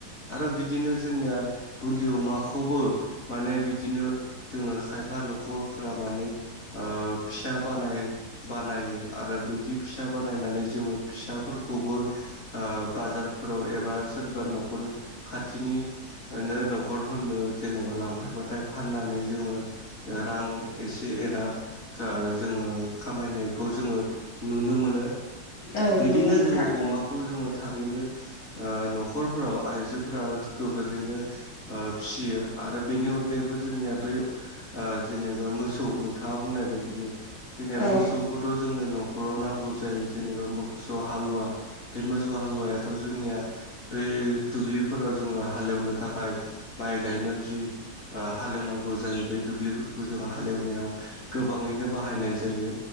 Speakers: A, on the left; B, on the left.
A: आरो बिदिनो जोंनिया बुन्दि अमाखौबो माने बिदिनो जोङो खायफा न'खरफोरा माने फिसा बानाय बानायो आरो बिदि फिसा बानायनानै जोङो फिसाफोरखौबो ओ बाजारफोराव एबा सोरबा न'खरनि खाथिनि नो न'खरफोरनो जेनेबा लांफायबाथाय फाननानै जोङो रां एसे एना जोङो खामायनायखौ जोङो नुनो मोनो
B: औ
A: बिदिनो
B: नंगौ नोंथां
A: जोङो अमाखौ जोङो थारैनो ओ न'खरफोराव आइजोफोरा गोबोरैनो ओ फिसियो आरो बेनि अनगायैबो जोंनिया बै जेनेबा मोसौ नोंथाङा बुंनाय बायदिनो जोंनिया
B: औ
A: मोसौखौथ' जोंनो न'खराव नांगौ जायो जेनेबा मोसौ हालुवा बे मोसौ हालुवायाथ' जोंनिया बे दुब्लिफोराव जोङो हालेवनो थाखाय माइ गायनायाव जि हालेवनांगौ जायो बे दुब्लिफोरखौ जों हालेवनायाव गोबाङैनो बाहायनाय जायो